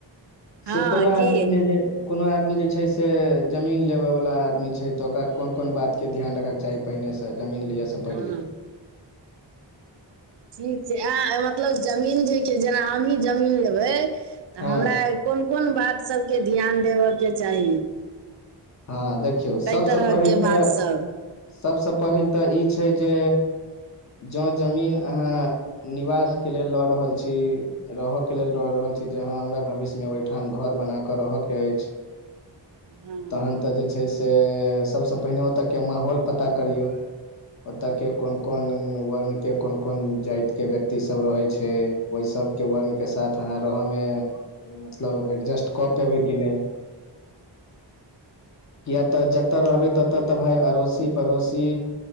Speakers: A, on the right (about 65°); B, on the left (about 40°).
A: हँ
B: से कोनो
A: की
B: आदमी जे जे कोनो आदमी जे छैय से जमीन लेबऽ वला आदमी छैय तऽ ओकरा कोन कोन बात के ध्यान राखक चाही पहिने से जमीन लियऽ से
A: हँ
B: पहिले
A: हँ ठीक छै आ मतलब जमीन जे कियो जेना हमहीं जमीन लेबैय तऽ
B: हँ
A: हमरा कोन कोन बात सबके ध्यान देबय कऽ चाही
B: हँ देखियौ
A: कै
B: सबसे
A: तरहके
B: पहिल तऽ
A: बात सब
B: सबसँ पहिल तऽ ई छैय जे जँ जमीन अहाँ निवास कऽ लेल लऽ रहल छी रहय कऽ लेल लऽ रहल छी जे हँ हमरा भविष्य मे ओहिठाम घर बना के रहय कऽ अछि
A: हँ
B: तहन तऽ जे छैय से सबसँ पहिने ओतयके माहौल पता करियौ ओतऽ के कोन कोन वर्ण के कोन कोन जाति के व्यक्ति सब रहे छैय ओहि सबके वर्णके साथ अहाँ रहऽमे मतलब एडजस्ट कऽ पेबै कि नहि किये तऽ जतऽ रहबै उतऽ तऽ भाय अड़ोसी पड़ोसी